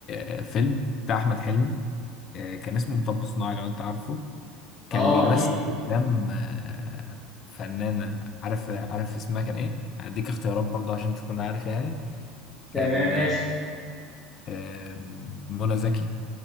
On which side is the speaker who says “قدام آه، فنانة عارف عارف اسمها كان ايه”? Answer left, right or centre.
Left